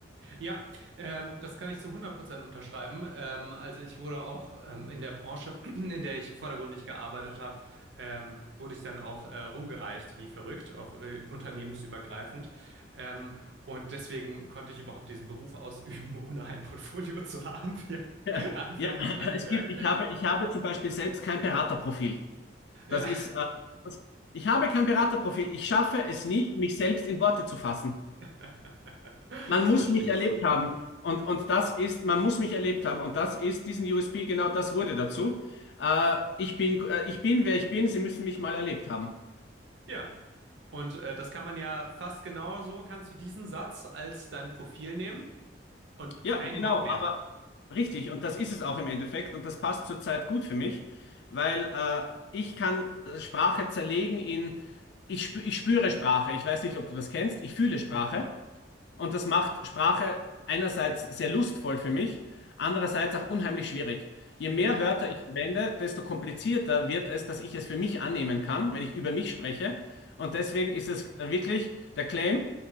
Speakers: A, on the right (about 70°); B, on the left (about 60°).
A: Ja, ähm, das kann ich zu hundert Prozent unterschreiben. Ähm, also ich wurde auch ähm, in der Branche, <clears throat> in der ich vordergründig gearbeitet habe, ähm, wurde ich dann auch äh, rumgereicht, wie verrückt, auch äh, unternehmensübergreifend. Ähm, und deswegen konnte ich überhaupt diesen Beruf ausüben, <laughs> ohne ein Portfolio zu haben, <laughs> wie
B: <laughs>
A: anfänglich
B: Ja,
A: angemerkt.
B: es gibt, ich habe, ich habe zum Beispiel selbst kein Beraterprofil.
A: Ja,
B: Das ist, äh, das- ich habe kein Beraterprofil. Ich schaffe es nicht, mich selbst in Worte zu fassen.
A: <laughs>
B: Man
A: das
B: muss
A: verstehe
B: mich
A: ich
B: erlebt
A: so gut.
B: haben. Und, und das ist, man muss mich erlebt haben. Und das ist, diesen USP, genau das wurde dazu. Äh, ich bin, äh, ich bin, wer ich bin. Sie müssen mich mal erlebt haben.
A: Ja. Und äh, das kann man ja fast genauso, kannst du diesen Satz als dein Profil nehmen. Und
B: Ja,
A: kein
B: genau.
A: Wort mehr.
B: Aber richtig. Und das ist es auch im Endeffekt. Und das passt zurzeit gut für mich, weil äh, ich kann äh, Sprache zerlegen in, ich, spü- ich spüre Sprache. Ich weiß nicht, ob du das kennst. Ich fühle Sprache.
A: Mhm.
B: Und das macht Sprache einerseits sehr lustvoll für mich, andererseits auch unheimlich schwierig. Je
A: Ja,
B: mehr Wörter ich verwende, desto komplizierter wird es, dass ich es für mich annehmen kann, wenn ich über mich spreche. Und deswegen ist es wirklich der Claim,